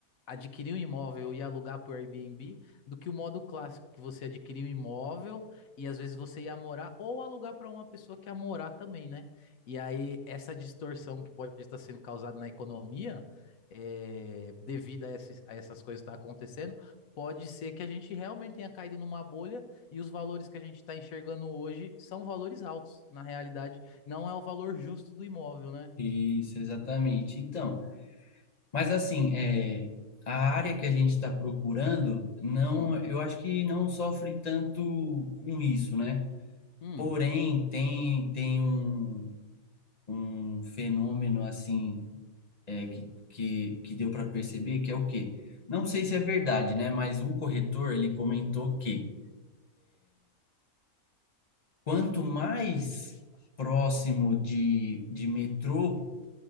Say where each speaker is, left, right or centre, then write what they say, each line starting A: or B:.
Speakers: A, on the left; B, on the left.
A: adquirir um imóvel e alugar por Airbnb do que o modo clássico, que você adquirir um imóvel e às vezes você ia morar ou alugar para uma pessoa que ia morar também, né? E aí essa distorção que pode estar sendo causada na economia, é, devido a, esses, a essas coisas que estão acontecendo, pode ser que a gente realmente tenha caído numa bolha e os valores que a gente está enxergando hoje são valores altos, na realidade. Não é o valor justo do imóvel, né?
B: Isso, exatamente. Então, mas assim, é, a área que a gente está procurando, não,
A: Hum,
B: eu acho que não sofre tanto com isso, né?
A: hum,
B: Porém, tem, tem um, um fenômeno assim é, que, que, que deu para perceber que é o quê? Não sei se é verdade, né? Mas um corretor ele comentou que Quanto mais próximo de, de metrô,